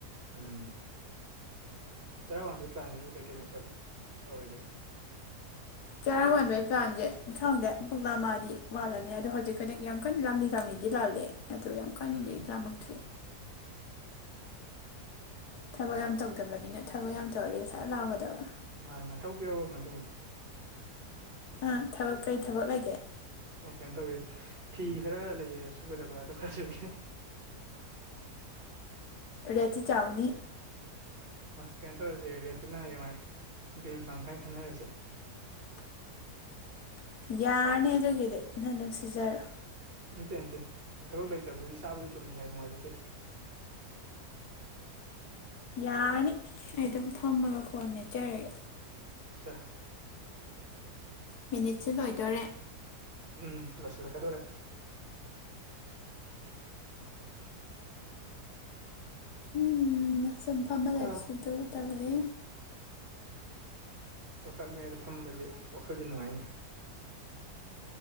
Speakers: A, on the right (about 35°); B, on the left (about 75°).
A: ꯎꯝ ꯆꯔꯥ ꯍꯕꯒꯤ ꯄ꯭ꯂꯥꯟꯁꯤꯕꯨ ꯀꯩꯀꯩ ꯃꯊꯦꯜ ꯇꯧꯔꯤꯒꯦ
B: ꯆꯔꯥ ꯃꯥꯟꯕ ꯑꯩ ꯄ꯭ꯂꯥꯟꯁꯦ ꯈꯪꯗꯦ ꯄꯨꯛꯅꯥ ꯃꯥꯗꯤ ꯃꯥꯜꯂꯅꯤ ꯑꯗꯣ ꯍꯧꯖꯤꯛ ꯀꯩꯅ ꯌꯥꯝ ꯀꯟꯅ ꯂꯥꯗꯤ ꯆꯥꯝꯃꯤꯗꯤ ꯂꯥꯜꯂꯦ ꯑꯗꯣ ꯌꯥꯝ ꯀꯥꯟꯅꯗꯤ
A: ꯎꯝ
B: ꯂꯥꯝꯃꯛꯇ꯭ꯔꯔꯤ ꯊꯕꯛ ꯌꯥꯝ ꯇꯧꯗꯕꯅꯤꯅ ꯊꯕꯛ ꯌꯥꯝ ꯇꯧꯔꯗꯤ ꯉꯁꯥꯏ ꯂꯥꯝꯒꯗꯕ
A: ꯃꯥꯥꯏ ꯃꯥ ꯊꯕꯛ ꯄꯤ ꯌꯥꯎꯔꯕꯅ ꯇꯧꯕꯅ
B: ꯑꯥ ꯊꯕꯛ ꯀꯩ ꯊꯕꯛ ꯂꯩꯒꯦ
A: ꯑꯣ ꯀꯩꯅꯣ ꯇꯧ ꯐꯤ ꯈꯔ ꯂꯩꯌꯦ ꯁꯨꯒꯗꯕ ꯑꯗꯣ ꯈꯔꯁꯨꯨꯕꯤ
B: ꯔꯇꯦꯇꯤ ꯆꯥꯎꯅꯤ
A: ꯀꯩꯅꯣ ꯇꯧꯔꯁꯦ ꯔꯦꯠꯇꯨꯅ ꯍꯌꯦꯡꯋꯥꯥꯏ ꯕꯤꯜ ꯐꯪ ꯀꯥꯏꯅ ꯈꯟꯅꯔꯁꯦ
B: <unintelligible> ꯌꯥꯔꯅꯤ ꯑꯗꯨꯒꯤꯗꯤ ꯅꯍꯪ ꯑꯗꯨꯝ ꯁꯤꯖꯔꯣ
A: ꯅꯇꯦ ꯅꯇꯦ ꯊꯕꯛ ꯂꯩꯇꯕꯗꯨꯗꯤ ꯆꯥꯕꯁꯨ ꯇꯨꯝꯗ꯭ꯔꯦ ꯍꯥꯏ ꯅꯨꯡꯉꯥꯏꯖꯗꯦ
B: ꯌꯥꯅꯤ ꯑꯩ ꯑꯗꯨꯝ ꯐꯝꯃꯒ ꯐꯣꯟ ꯅꯠꯆꯔꯒꯦ
A: ꯑꯆꯥ
B: ꯃꯤꯅꯤꯠꯁꯦ ꯂꯣꯏꯗꯣꯔꯦ
A: ꯎꯝ ꯂꯣꯏꯁꯤꯜꯂꯛꯀꯗꯧꯔꯦ <unintelligible>
B: ꯎꯝ ꯁꯨ ꯐ ꯑꯃ
A: ꯍꯥ
B: ꯂꯞꯁꯤꯗꯨ ꯇꯜꯂꯤ
A: ꯋꯥꯀꯛ ꯃꯌꯥꯩꯗ ꯐꯁꯦ ꯋꯥꯈꯜꯗꯤ ꯅꯨꯡꯉꯥꯏꯅꯤ